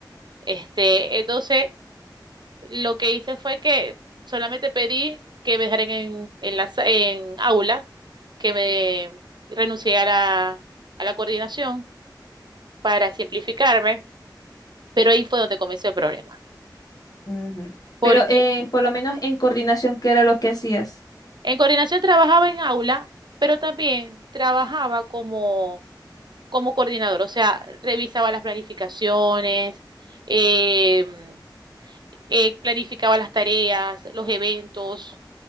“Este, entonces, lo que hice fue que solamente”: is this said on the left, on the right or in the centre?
Right